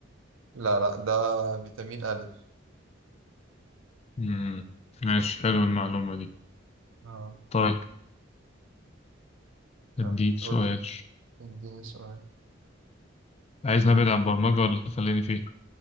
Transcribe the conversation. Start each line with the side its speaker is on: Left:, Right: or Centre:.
Right: لا لا ده فيتامين الف
Left: مم. ماشي حلو المعلومة دي
Right: اه
Left: طيب اديك
Right: آه.
Left: سؤال
Right: قول لي اديني سؤال
Left: عايز نبعد عن البرمجة ولا خليني فيه